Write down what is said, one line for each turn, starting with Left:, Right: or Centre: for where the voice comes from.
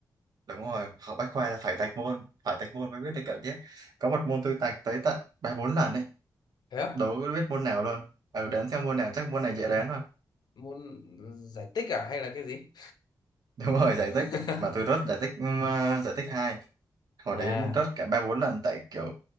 Right: đúng rồi học Bách Khoa là phải tạch môn phải tạch môn mới biết được kiểu chứ có một môn tôi tạch tới tận ba bốn lần ấy
Left: thế á
Right: đâu có biết môn nào luôn ờ đến xem môn nào chắc môn này dễ đến thôi
Left: môn giải tích à hay là cái gì
Right: <laughs> đúng rồi giải
Left: <laughs>
Right: tích mà tôi rớt giải tích ừm, ờ, giải tích hai hồi
Left: à
Right: đấy rớt cả ba bốn lần tại kiểu